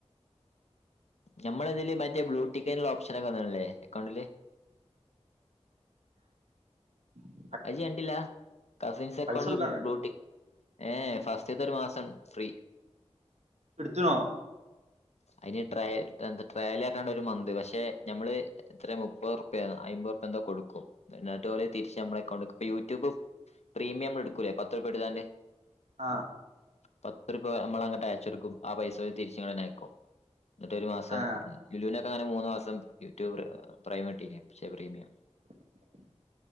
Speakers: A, on the left; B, on the right.
A: ഞമ്മള് ഇതില് മറ്റേ ബ്ലൂടിക്കുള്ള ഓപ്ഷനൊക്കെ വന്നല്ലേ അക്കൗണ്ടില്
B: ഏ
A: അജി കണ്ടില്ല കസിൻസ് അക്കൗണ്ടില്
B: കൊടുക്കണ്ടേ
A: ബൂട്ടി ഏ ഫസ്റ്റ്ത്തെ ഒരു മാസം ഫ്രീ
B: എടുത്തുണോ
A: അതിന് ട്രൽ ട്രയൽ ആയിട്ടാണ് ഒരു മന്ത് പക്ഷെ ഞമ്മള് എത്ര മുപ്പത് റുപൃ അമ്പത് റുപൃ എന്താ കൊടുക്കും എന്നിട്ട് ഓല് തിരിച്ച് നമ്മടെ അക്കൗണ്ട്ക്ക് യൂട്യൂബ് പ്രീമിയം എടുക്കൂല്ലേ പത്ത് രൂപ എടുതാന്റെ
B: ആഹ്
A: പത്ത് രൂപ നമ്മളങ്ങട്ട് അയച്ചെടുക്കും ആ പൈസ തിരിച്ചങ്ങനെ അയക്കും എന്നിട്ട് ഒരു മാസം
B: ആ
A: ലുലുനൊക്കെ അങ്ങനെ മൂന്ന മാസം യൂട്യൂബ് പ്രൈം കിട്ടിനി പക്ഷെ പ്രീമിയം
B: ശബ്ദം ക്ലിയർ അല്ല